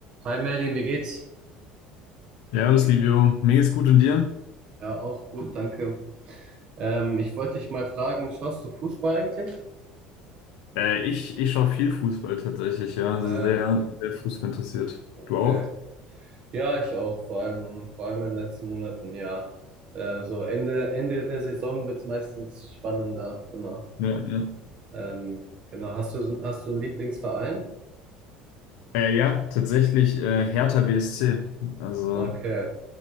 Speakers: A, on the right; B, on the left.
A: Hi Merlin, wie geht's?
B: Servus, Livio. Mir geht's gut und dir?
A: Ja, auch gut, danke. Ähm, ich wollte dich mal fragen, schaust du Fußball eigentlich?
B: Äh, ich ich schaue viel Fußball tatsächlich, ja. Also
A: Ah Ja,
B: sehr, sehr Fußball interessiert.
A: okay.
B: Du auch?
A: Ja, ich auch, vor allem, vor allem in den letzten Monaten, ja. Äh, so Ende, Ende der Saison wird's meistens spannender, immer.
B: Ja, ja.
A: Ähm, genau, hast du, so- hast du einen Lieblingsverein?
B: Äh, ja, tatsächlich äh, Hertha BSC. Also
A: Okay,